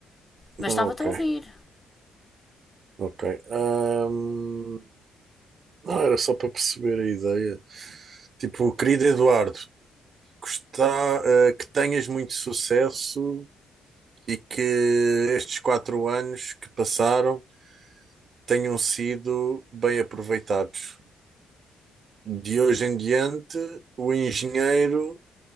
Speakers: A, on the left; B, on the right.
A: Mas
B: ah,
A: estava-te
B: ok,
A: a ouvir.
B: ok. Ahm, Não, era só para perceber a ideia. Tipo, querido Eduardo, gostar, eh, que tenhas muito sucesso e que estes quatro anos que passaram tenham sido bem aproveitados. De hoje em diante, o engenheiro